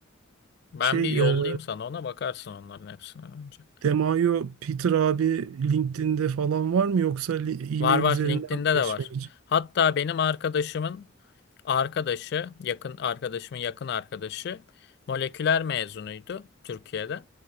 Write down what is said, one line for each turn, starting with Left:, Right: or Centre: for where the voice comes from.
Left: Ben
Right: Şey,
Left: bir yollayayım
Right: e,
Left: sana ona bakarsın onların hepsine önce.
Right: Demayo Peter abi LinkedIn'de falan var mı yoksa li-
Left: Var
Right: e-mail
Left: var.
Right: üzerinden
Left: LinkedIn'de
Right: mi iletişime
Left: de var.
Right: geçiyor?
Left: Hatta benim arkadaşımın arkadaşı, yakın arkadaşımın yakın arkadaşı moleküler mezunuydu Türkiye'de.